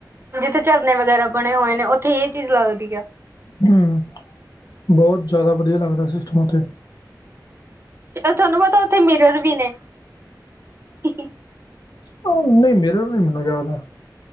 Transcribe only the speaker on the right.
ਜਿੱਥੇ ਝਰਨੇ ਵਗੈਰਾ ਬਣੇ ਹੋਏ ਨੇ ਓਥੇ ਇਹ ਚੀਜ਼ ਲੱਗਦੀ ਆ
ਤੁਹਾਨੂੰ ਪਤਾ, ਉੱਥੇ ਮਿਰਰ ਵੀ ਨੇ। ਹੀ ਹੀ